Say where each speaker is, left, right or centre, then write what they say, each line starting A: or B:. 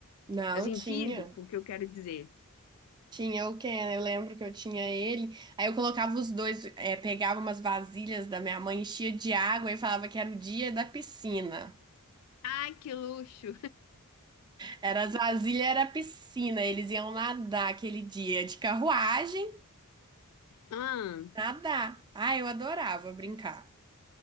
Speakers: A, on the right; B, on the left.
A: Não,
B: Assim,
A: tinha.
B: físico, o que eu quero dizer.
A: Tinha o Ken, eu lembro que eu tinha ele. Aí eu colocava os dois, é pegava umas vasilhas da minha mãe, enchia de água e falava que era o dia da piscina.
B: Ai, que luxo!
A: Era as vasilhas, era a piscina. Eles iam nadar aquele dia de carruagem,
B: Ah,
A: nadar. Ah, eu adorava brincar.